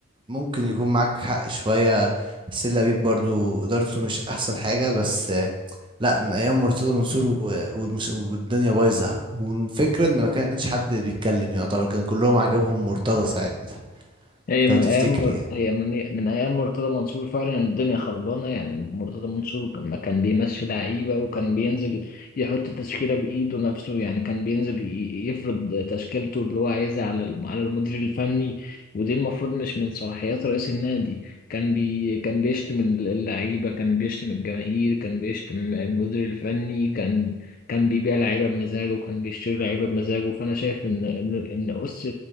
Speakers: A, on the right (about 25°); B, on the left (about 40°).
A: ممكن يكون معاك حق شوية سيلا بيب برضو إدارته مش أحسن حاجة بس آه، لا من أيام مرتضى منصور و- والمس- والدنيا بايظة والفكرة إن ما كانش حد بيتكلم يعتبر كان كلهم عاجبهم مرتضى ساعتها
B: هي من
A: لو تفتكري
B: ايام
A: يعني
B: هي من من ايام مرتضى منصور فعلا الدنيا خربانه يعني مرتضى منصور لما كان بيمشي لعيبه وكان بينزل يحط تشكيله بايده نفسه يعني كان بينزل ي- يفرض تشكيلته اللي هو عايزها على الم- على المدير الفني ودي المفروض مش من صلاحيات رئيس النادي كان بي كان بيشتم اللعيبه كان بيشتم الجماهير كان بيشتم المدير الفني كان كان بيبيع لعيبه بمزاجه وكان بيشتري لعيبه بمزاجه فانا شايف ان ان ان اس